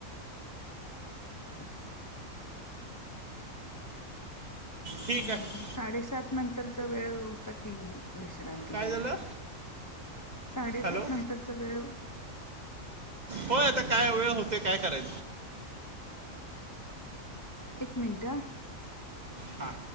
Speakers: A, on the left (about 25°); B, on the right (about 40°).
A: <inaudible> हम्म
B: ठीक आहे
A: साडेसात नंतरचा वेळ होता की विश्रांती
B: काय
A: घ्यायला.
B: झालं
A: साडेसात
B: हॅलो
A: नंतरचा वेळ
B: होय आता काय वेळ होतय काय कराय
A: एक मिनट.
B: हा.